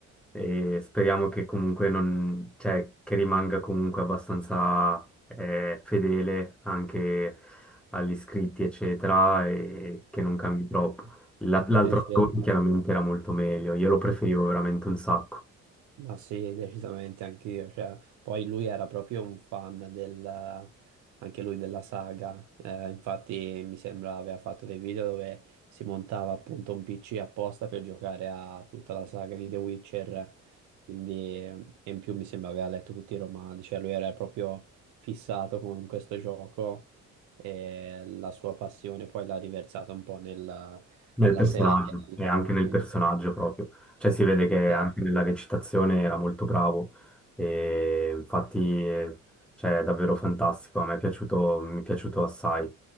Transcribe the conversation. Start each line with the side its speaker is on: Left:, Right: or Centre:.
Centre: e speriamo che comunque non, cioè, che rimanga comunque abbastanza eh, fedele anche agli iscritti, eccetera, e che non cambi troppo. La- L'altro
Right: sì,
Centre: attore
Right: sì, esatto.
Centre: chiaramente era molto meglio, io lo preferivo veramente un sacco.
Right: Ma sì, decisamente anch'io. Cioè, poi lui era proprio un fan del, anche lui della saga. Eh, infatti, mi sembra aveva fatto dei video dove si montava appunto un PC apposta per giocare a tutta la saga di The Witcher. Quindi, eh, e in più mi sembra aveva letto tutti i romanzi. Cioè, lui era proprio fissato con questo gioco e la sua passione poi l'ha riversata un po' nel-
Centre: Nel
Right: nella
Centre: personaggio,
Right: serie. nelle-
Centre: e anche nel
Right: quindi,
Centre: personaggio proprio. Cioè si vede che
Right: esatto,
Centre: anche nella recitazione era molto bravo e infatti eh, cioè, è davvero fantastico, a me è piaciuto, mi è piaciuto assai.